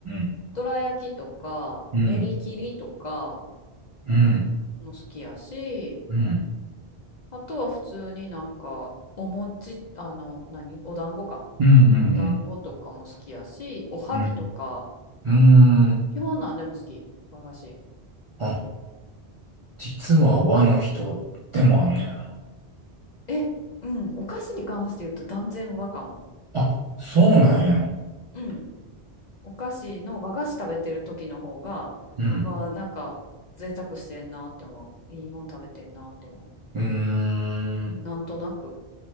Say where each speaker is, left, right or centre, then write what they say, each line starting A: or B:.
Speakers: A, on the right; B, on the left.
A: ん
B: どら焼きとか、
A: うん。
B: 練り切りとか
A: うん。うん。
B: も好きやし、
A: うん。
B: あとは普通になんか、お餅、あの、何お団子か。
A: うんう
B: ごめんごめん。お団子とかも好きやし、
A: ん
B: おはぎとか、
A: うん。うん。うーん。
B: 基本なんでも好き。和菓子。
A: あ、実は和の人でもあんねや。
B: え、うん。お菓子に関して言うと断然和かも。
A: あ、そうなんや。
B: うん。お菓子の和菓子食べてる時の方が、
A: うん。
B: わ、なんか、贅沢してんなって思う。いいもん食べてんなって思う。
A: うーん。
B: なんとなく。